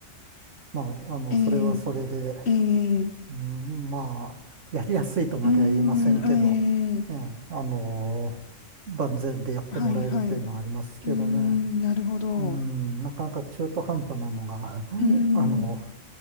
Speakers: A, on the right; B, on the left.
A: まあ、あの、それはそれで、
B: ええええ
A: うん、まあ、やりやすいとまでは言いませんけど、
B: うーん、ええ
A: ええ、あの万全でやってもらえるというのはありますけどね。
B: はいはい。うーん、なるほど。
A: うん、
B: う
A: なかなか中途半端なのが、<laughs>
B: ーん
A: あの